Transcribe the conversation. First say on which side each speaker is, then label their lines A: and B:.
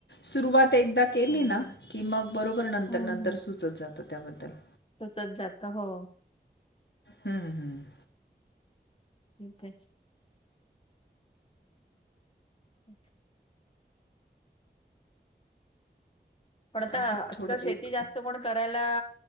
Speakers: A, on the left (about 75°); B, on the left (about 30°).
A: सुरुवात एकदा केली
B: हम्म
A: ना, की मग बरोबर नंतर
B: हम्म,
A: नंतर सुचत. <inaudible> त्याबद्दल
B: सुचत जात हो.
A: हम्म हम्म.
B: ठीक आहे. <inaudible> पण आता
A: आहे
B: आजकाल
A: थोडं
B: शेती
A: एक
B: जास्त कोण करायला